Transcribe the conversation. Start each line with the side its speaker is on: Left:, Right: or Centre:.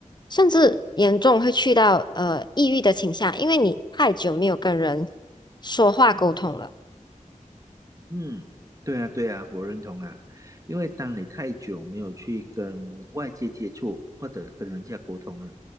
Left: 甚至严重会去到呃抑郁的倾向，因为你太久没有跟人说话沟通了。
Right: 嗯，对啊，对啊，我认同啊，因为当你太久没有去跟外界接触或者跟人家沟通呢，